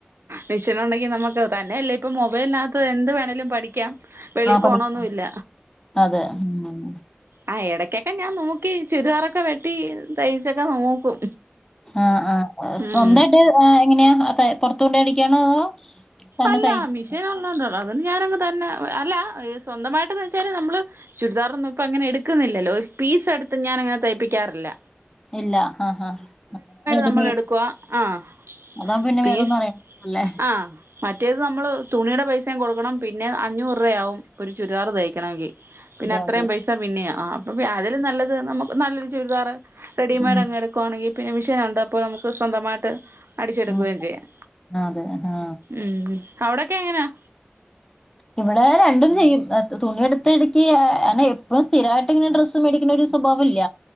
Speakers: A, on the right; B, on the left.
A: വിഷനുണ്ടെങ്കി നമക്ക് തന്നെയല്ലേ ഇപ്പം മൊബൈലിനകത്ത് എന്ത് വേണേലും പഠിക്കാം. വെളി
B: ആഹ്
A: പോണൊന്നുല്ല
B: പഠിക്കാം അതെ ഉം ഉം
A: ആഹ് എടയ്ക്കെക്കെ ഞാൻ നോക്കി ചുരിദാറൊക്കെ വെട്ടി തയ്ച്ചൊക്കെ നോക്കും.
B: ആഹ് ആഹ്
A: ഉം
B: സ്വന്തയിട്ട് എങ്ങനെയാ <unintelligible> പൊർത്തൊണ്ടോയി അടിക്കണോ അതോ തന്നെ
A: അല്ലാ
B: തയ്ച്ച്
A: മിഷേൻ ഉള്ളാണ്ട അതും ഞാനങ് തന്നെ അല്ല സ്വന്തമായിട്ടതൈച്ചാലും നമ്മള് ചുരിദാർന്നും ഇപ്പ അങ്ങനെ എടുക്കുന്നില്ലല്ലോ പീസ് എടുത്ത് ഞാനങ്ങനെ തയ്പ്പി ക്ക്യാറില്ല
B: ഇല്ല ആഹ് ഹാ റെഡിമെയ്ഡ്
A: നമ്മൾ എടുക്കുവ ആഹ്
B: അതാവുമ്പൊ പിന്നെ
A: പീസ്
B: വേറൊന്നും അറിയ <unintelligible> ല്ലേ
A: ആഹ് മറ്റേത് നമ്മള് തുണിയുടെ പൈസയും കൊടുക്കണം പിന്നെ അഞ്ഞൂറ്യാവും- ഒരു ചുരിദാറ് തയ്ക്കണമെങ്കിൽ പിന്നെ
B: അതെ
A: അത്രയും
B: അതെ
A: പൈസ പിന്നെയ ആ- അപ്പം യതിലും നല്ലത് നമുക്ക് നല്ലൊരു ചുരിദാറ് റെഡിമേഡ്
B: ഉം
A: അങ് എടുക്കവാണെങ്കി- പിന്നെ മിഷീൻ ഉണ്ടപ്പോനമുക്ക് സ്വന്തമായിട്ട്- അടിച്ചെടുക്കുകയും
B: ഉം
A: ചെയ്യാം
B: ആ അതെ ആഹ്
A: ഉം മ് അവിടെ- ക്കെ എങ്ങനാ-
B: ഇവിടെ രണ്ടും ചെയ്യും തുണിയ എടുത്ത് ഇടുക്കക്ക്നെ എപ്പോഴും സ്ഥിരായിട്ട് ഇങ്ങനെ ഡ്രസ്സ് മേടിക്കുന്ന ഒരു സ്വഭാവം ഇല്ല